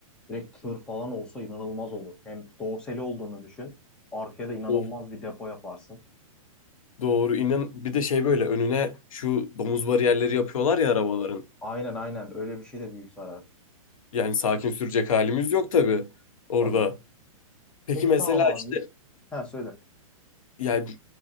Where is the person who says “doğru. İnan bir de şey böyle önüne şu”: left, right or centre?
Left